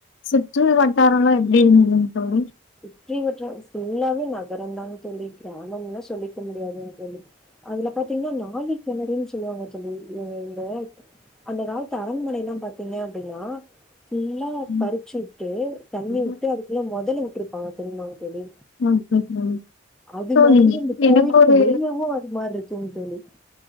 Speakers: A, on the left; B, in the centre.
A: சுற்று வட்டாரம்லாம் எப்படி இருந்ததுங் தோழி
B: சுற்றி வட்டம் ஃபுல்லாவே நகரங் தாங் தோழி கிராமம்னா சொல்லிக்க முடியாதுங் தோழி அதுல பாத்தீங்னா நாழி கெணருனு சொல்வாங்க தோழி இவ்க <unintelligible> அந்த அந்த காலத்து அரெண்மனைலாம் பாத்தீங்க அப்டினா ஃபுல்லா
A: ம்
B: பறிச்சு விட்டு தண்ணி
A: ஓகே
B: விட்டு அதுக்குலா முதலை விட் பாங்க தெரியுமாங் தோழி
A: தோழி
B: அது
A: தோழி
B: மாரியே அந்த கோவிலுக்கு
A: எனக்கு ஒரு
B: வெளியவு அது மாரி இருக்குங் தோழி